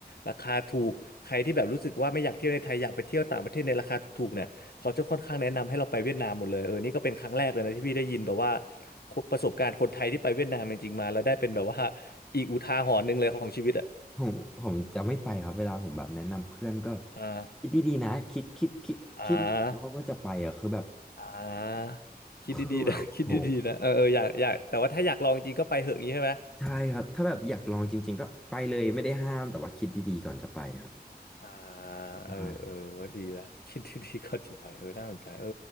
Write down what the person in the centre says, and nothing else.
ผมผมจะไม่ไปครับเวลาผมแบบแนะนำเพื่อนก็
คิดดีๆนะคิดคิดคิดคิดหลายรอบว่าจะไปอะคือแบบ
คือแบบโห
ใช่ครับถ้าแบบอยากลองจริงๆก็ไปเลยไม่ได้ห้ามแต่ว่าคิดดีๆก่อนจะไปครับ
ใช่ครับ